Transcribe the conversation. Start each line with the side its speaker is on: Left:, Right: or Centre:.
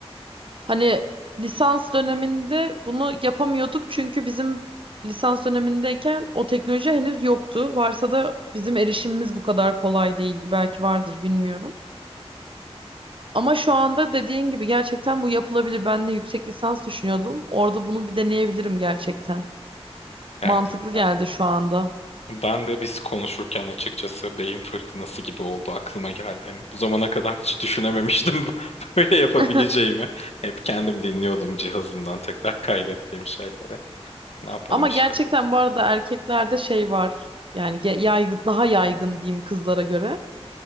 Right: Hani lisans döneminde bunu yapamıyorduk çünkü bizim lisans dönemindeyken o teknoloji henüz yoktu. Varsa da bizim erişimimiz bu kadar kolay değildi. Belki vardır bilmiyorum. Ama şu anda dediğin gibi gerçekten bu yapılabilir. Ben de yüksek lisans düşünüyordum. Orada bunu bir deneyebilirim gerçekten.
Left: Gerçekten.
Right: Mantıklı geldi şu anda.
Left: Ben de biz konuşurken açıkçası beyin fırtınası gibi oldu aklıma geldi. Hani bu zamana kadar hiç düşünememiştim <laughs> böyle yapabileceğimi.
Right: <laughs>
Left: Hep kendim dinliyordum cihazımdan tekrar kaydettiğim şeyleri. Ne yapalım
Right: Ama
Left: işte.
Right: gerçekten bu arada erkeklerde şey var. Yani ge- yaygın, daha yaygın diyeyim kızlara göre.